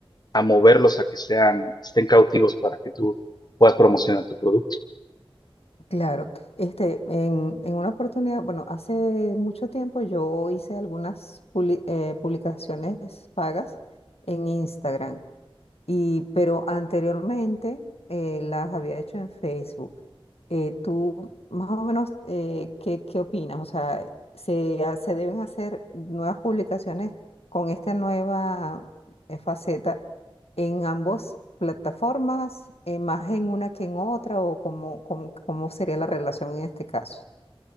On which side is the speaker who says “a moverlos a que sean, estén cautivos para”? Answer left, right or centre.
Left